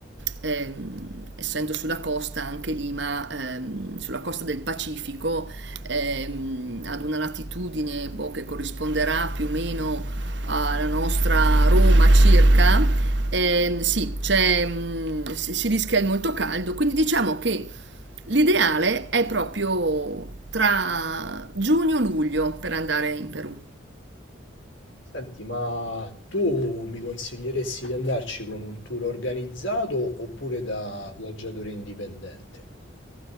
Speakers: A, on the right; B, on the left.
A: ehm, essendo sulla costa anche Lima, ehm, sulla costa del Pacifico, ehm, ad una latitudine boh, che corrisponderà più o meno alla nostra Roma circa, ehm, sì, c'è, mm, si si rischia il molto caldo, quindi diciamo che L'ideale è proprio tra giugno-luglio per andare in Perù.
B: Senti, ma tu mi consiglieresti di andarci con un tour organizzato oppure da viaggiatore indipendente?